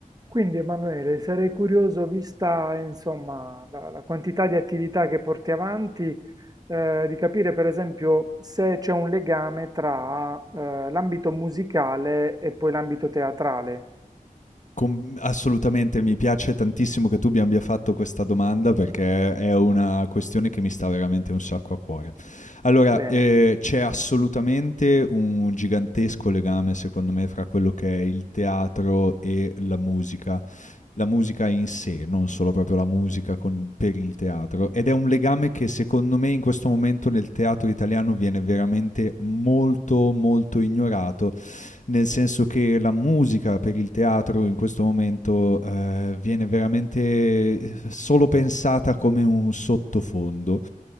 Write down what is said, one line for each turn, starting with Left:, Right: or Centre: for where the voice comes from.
Right: Quindi Emanuele, sarei curioso, vista insomma la, la quantità di attività che porti avanti, eh, di capire per esempio se c'è un legame tra eh, l'ambito musicale e poi l'ambito teatrale.
Left: Com- assolutamente, mi piace tantissimo che tu mi abbia fatto questa domanda perché è una questione che mi sta veramente un sacco a cuore. Allora,
Right: Bene,
Left: eh, c'è assolutamente un gigantesco legame, secondo me, fra quello che è il teatro e la musica. La musica in sé, non solo proprio la musica con- per il teatro. Ed è un legame che secondo me in questo momento nel teatro italiano viene veramente molto, molto ignorato nel senso che la musica per il teatro in questo momento eh, viene veramente eh, solo pensata come un sottofondo,